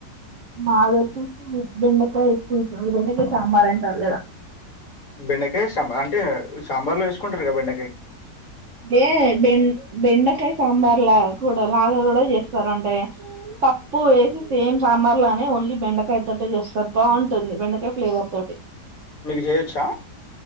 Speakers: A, on the right; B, on the left.
A: మాదోచ్చేసి బెండకాయ పులుసు అది బెండకాయ సాంబార్ అంటారు కదా
B: బెండకాయ సాంబ అంటే సాంబార్లో వేసుకుంటారు కదా బెండకాయ
A: ఏ బెం బెండకాయ సాంబార్ లా కూడా లాగా కూడా చేస్తారు అంటే పప్పు వేసి సేమ్ సాంబార్ లానే ఓన్లీ బెండకాయ తోటే చేస్తారు బాగుంటుంది బెండకాయ ఫ్లేవర్ తో
B: మీకు చేయోచ్చా